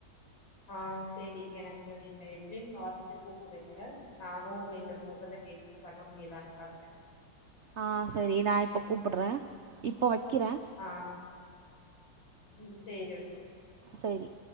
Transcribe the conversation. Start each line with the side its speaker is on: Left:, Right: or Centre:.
Left: ஆ சரி எனக்கு நீங்க எப்டின் பாத்துட்டு கூப்புடுங்க நானு நீங்க சொல்றத கேட்டுட்டு பண்ண முடியுதான் பாக்கறே
Right: ஆ சரி நா இப்போ கூப்பட்றே இப்போ வக்கிறே
Left: ஆ ம் சேரி வக்கிறே
Right: சேரி